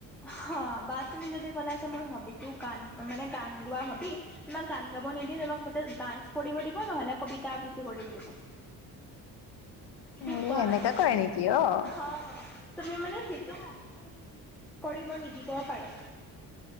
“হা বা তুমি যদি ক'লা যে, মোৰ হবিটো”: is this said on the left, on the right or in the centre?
Centre